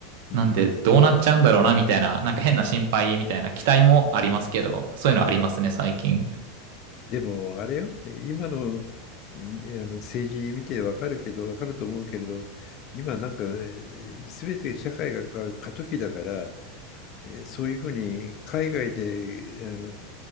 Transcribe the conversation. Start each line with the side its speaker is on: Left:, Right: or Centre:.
Left: うん。
Right: なんでどうなっちゃうんだろうなみたいな、なんか変な心配みたいな期待もありますけど、そういうのありますね最近。
Left: でも、あれよ、今の、いあの政治見てわかるけど、わかると思うけれど、今なんか、すべて社会が変わる過渡期だから、えーそういうふうに海外であの